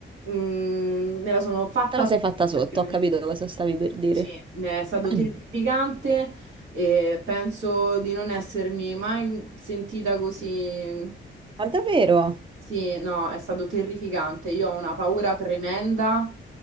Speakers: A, on the right (about 85°); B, on the right (about 25°).
A: mm, me la sono fatta
B: la
A: sopra,
B: sei fatta sotto,
A: praticamente.
B: ho capito cosa stavi per dire.
A: Sì, è stato
B: Ah,
A: terrificante e penso di non essermi mai sentita così
B: Ma davvero?
A: sì, no, è stato terrificante. Io ho una paura tremenda,